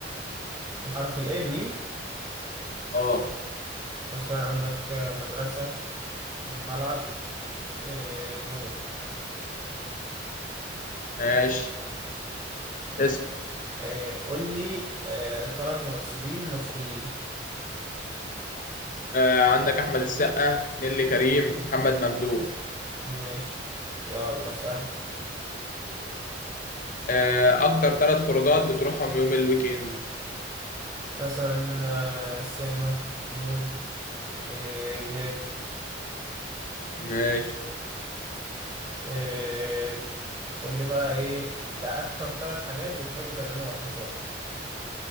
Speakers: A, on the right; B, on the left.
A: بحرف ال إيه، ميم
B: اه
A: مثلا عندك آه، مدرسة ملعب آه، موز
B: ماشي اسم
A: آه، قول لي آه، تلات ممثلين مصريين
B: آه، عندك أحمد السقا نيللي كريم محمد ممدوح
A: ماشي يلا اسأل
B: آه، أكتر ثلاث خروجات بتروحهم يوم الويك إند
A: مثلا آه، السينما المول آه، النادي
B: ماشي
A: آه، قول لي بقى ايه تا- اكتر ثلاث حاجات بتحب تعملهم على الفطار